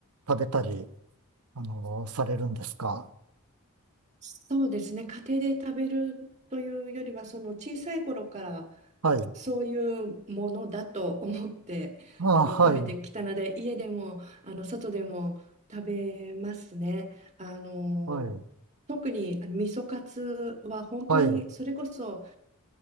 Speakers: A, on the right (about 90°); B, on the right (about 30°).
A: 食べたり、あのーされるんですか
B: そうですね。家庭で食べるというよりは、その小さい頃から
A: はい。
B: そういうものだと思ってあの食べてきたので、
A: ああ、はい、
B: 家でもあの外でも食べますね。あの特にあの味噌カツは本当にそれこそ
A: はい、はい。